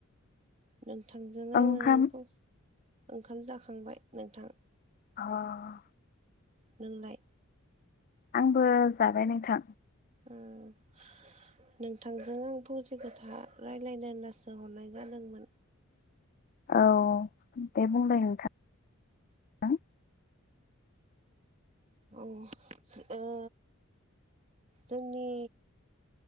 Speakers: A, on the right; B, on the left.
A: नोंथांजों आङो
B: ओंखाम
A: ओंखाम जाखांबाय नोंथां ।
B: अह।
A: नोंलाय।
B: आंबो जाबाय नोंथां।
A: उम। नोंथांजों आं फंसे खोथा रायलायनो होननासो हरनाय जादोंमोन।
B: औ दे बुंलाय नोंथां। नोंथां
A: औ ओ जोंनि।